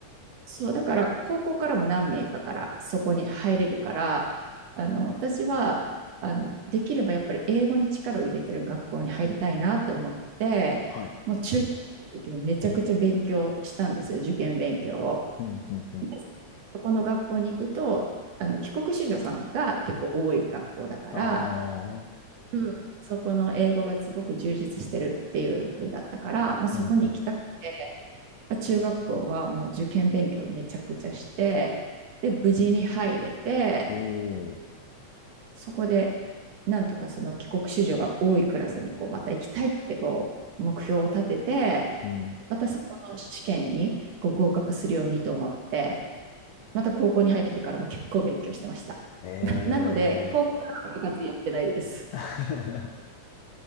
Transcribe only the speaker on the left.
はい。
うん、うん、うん。
ああ、
うん、うん。
おお、
うん。
ええ。
<laughs>